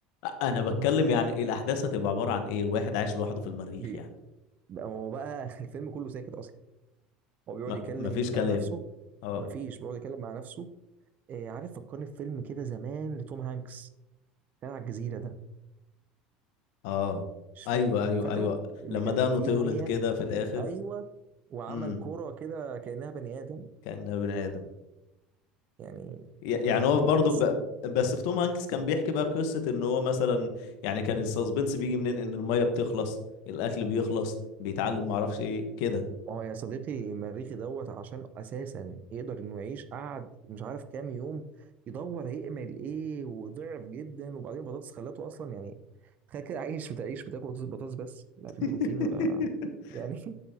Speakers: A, on the left; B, on the right.
A: انا بتكلم
B: خلاص
A: يعني ايه الاحداث هتبقى عبارة عن ايه الواحد عايش لوحده في المريخ
B: بي-
A: يعني
B: بقى هو بقى <laughs> الفيلم كله ساكت اصلا هو بيقعد
A: ما
B: يتكلم
A: مفيش كلام
B: مع نفسه
A: اه
B: مفيش بيقعد يتكلم مع نفسه إيه عارف فكرني في فيلم كده زمان لتوم هانكس كان على الجزيره ده
A: اه
B: مش
A: ايوه
B: فاكر
A: ايوه
B: فاكره
A: ايوه
B: اللي
A: لما
B: كان
A: دقنه
B: فيه
A: تولد
B: دميه
A: كده في الاخر
B: ايوه وعمل
A: امم
B: كوره كده كانها بني ادم
A: كأنها بني ادم
B: يعني
A: ي-
B: جامد
A: يعني هو
B: كان
A: برضه
B: بس
A: ب... بس في توم هانكس كان بيحكي بقى قصة ان هو مثلا يعني كان السسبنس بيجي منين ان المية بتخلص الاكل بيخلص بيتعلم معرفش ايه كده
B: ما هو يا صديقي مريخي دوت عشان اساسا يقدر انه يعيش قعد مش عارف كام يوم يدور هيعمل ايه وضعف جدا وبعدين بطاطس خلته اصلا يعني تخيل كده عايش بتعيش بتاكل بطاطس بطاطس بس لا
A: <laughs>
B: في بروتين ولا يعني <laughs>